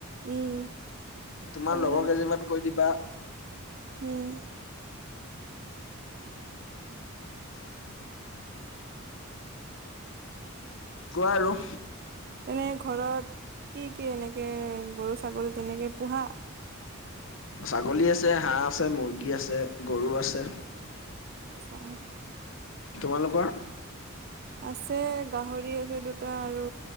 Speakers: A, on the right; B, on the left.
A: উম
B: তোমাৰ
A: কৰিবা
B: লগৰ কেইজনীমান কৈ দিবা।
A: উম' <inaudible>
B: <inaudible> কোৱা আৰু।
A: তেনে ঘৰত কি কি এনেকে গৰু, ছাগলী তেনেকে পোহা।
B: ছাগলী আছে, হাঁহ আছে, মুৰ্গী আছে, গৰু আছে।
A: আৎচ্ছা।
B: তোমালোকৰ?
A: আছে গাহৰি আছে দুটা আৰু